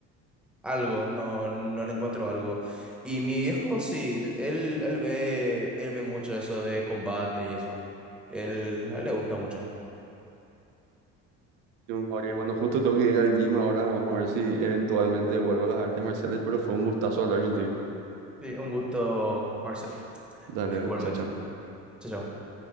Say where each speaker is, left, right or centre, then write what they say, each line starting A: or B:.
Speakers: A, in the centre; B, on the right (about 75°).
A: Algo, no, no le encuentro algo. Y mi viejo, sí, él, él ve, él ve mucho eso de combate y eso. Él, a él le gusta mucho.
B: Jun, Ariel, bueno, justo tengo que ir al gym ahora. Vamos a ver si eventualmente vuelvo a las artes marciales, pero fue un gustazo hablar contigo.
A: Sí, un gusto, Marcel.
B: Dale, dale,
A: Igualmente.
B: chao, chao.
A: Chao, chao.